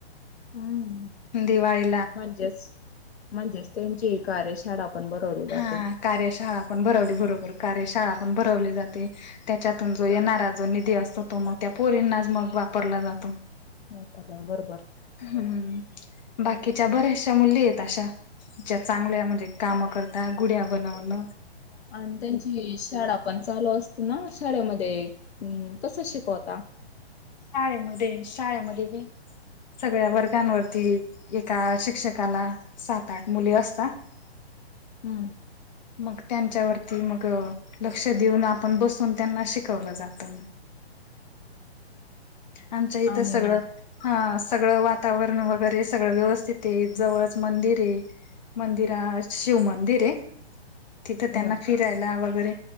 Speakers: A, on the left; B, on the left.
A: हम्म
B: दिवाळी
A: म्हणजेच म्हणजेच त्यांची ह कार्यशाळा पण बरवली जाते
B: हा कार्यशाळा पण भरवली बरोबर कार्य शाळा पण भरवली जाते त्याच्यातून जो येणारा जो निधी असतो तो मग त्या पोरींनाच मग वापरला जातो
A: मातल्याला बरोबर
B: हम्म बाकीच्या बऱ्याचशा मुली आहेत अशा ज्या चांगल्या म्हणजे कामं करतात त्या गुड्या बनवन
A: आणि त्यांची शाळा पण चालू असते ना शाळेमध्ये अ कस शिकवता
B: शाळेमध्ये शाळेमध्ये बी सगळ्या वर्गांवरती एका शिक्षकाला सात आठ मुले असतात <unintelligible>
A: हम्म
B: मग त्यांच्यावरती मग लक्ष देऊन आपण बसून त्यांना शिकवलं जातं आमच्या इथं
A: आणि
B: सगळं हा सगळं वातावरण वगैरे सगळं व्यवस्थित आहे जवळच मंदिर आहे मंदिर शिवमंदिर आहे तिथं
A: हो
B: त्यांना फिरायला वगैरे